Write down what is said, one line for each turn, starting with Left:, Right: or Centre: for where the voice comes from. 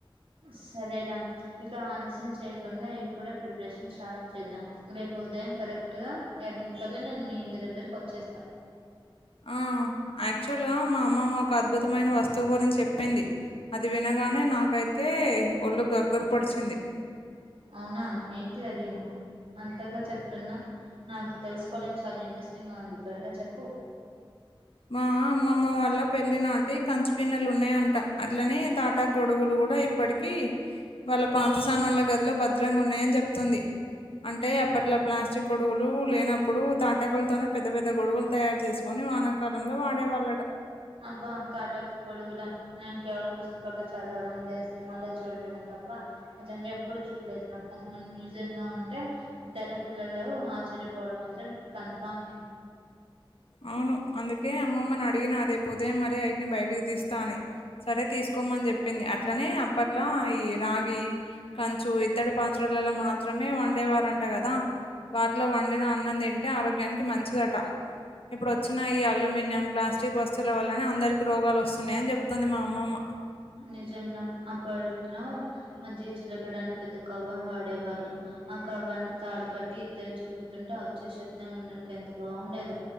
Right: సరే రా ఇక ఆలస్యం చేయకుండా ఇప్పుడే ప్రిపరేషన్ స్టార్ట్ చేద్దాం రేపు ఉదయం కరెక్ట్ గా ఎడింటికి కల్లా నేను మీ ఇంటి దగ్గరకి వచ్చేస్తా
Left: ఆ యాక్చువల్ గా మా అమ్మమ్మ ఒక అద్భుతమైన వస్తువు గురించి చెప్పింది అది వినగానే నాకైతే ఒళ్ళు గగ్గరు పొడిచింది
Right: అవునా ఏంటిది అది అంతగా చెప్తున్నా నాకు తెలుసుకోవడానికి చాలా ఇంట్రెస్టింగ్గా ఉంది త్వరగా చెప్పు
Left: మా అమ్మమ్మ వాళ్ళ పెళ్లినాటి కంచు గిన్నెలు ఉన్నాయంట అట్లనే తాటాకు గొడుగులు కూడా ఇప్పటి కి వాళ్ళ పాత సామాన్ల గదిలో భద్రంగా ఉన్నాయని చెప్తుంది అంటే అప్పట్లో ప్లాస్టిక్ గొడుగులు లేనప్పుడు తాటకులతోనే పెద్ద పెద్ద గొడుగులు తయారు చేసుకొని వాన కాలంలో వాడేవాళ్ళట
Right: అబ్బా తాటకు గొడుగుల నేను కేవలం పుస్తకాల్లో చదవడం లేదు సినిమాలో చూడడం తప్ప నిజంగా ఎప్పుడు చూడలేదురా అది మొన్న మ్యూజియంలో ఉంటే ఈ తరం పిల్లలు ఆశ్చర్యపోవడం మాత్రం కన్ఫామ్
Left: అవును అందుకే అమ్మమ్మని అడిగిన రేపు ఉదయం మరి అయటిని బయటికి తీస్తా అని సరే తీసుకోమని చెప్పింది. అట్లనే అప్పట్లో ఈ రాగి కంచు ఇత్తడి పాత్రలలో మాత్రమే వండేవారంట కదా వాటిలో వండిన అన్నము తింటే ఆరోగ్యానికి మంచిదట ఇప్పుడు వచ్చిన ఈ అల్యూమినియం ప్లాస్టిక్ వస్తువుల వల్లనే అందరికి రోగాలు వస్తున్నాయని చెప్తుంది మా అమ్మమ్మ
Right: నిజంరా అప్పట్లో మధ్య చిలకడానికి పెద్ద కవ్వం వాడే వాళ్ళు ఆ కవ్వానికి తాడు కట్టి ఇద్దరు చురుకుతుంటే ఆ వచ్చే శబ్దం విండడానికి ఎంత బాగుండేదొ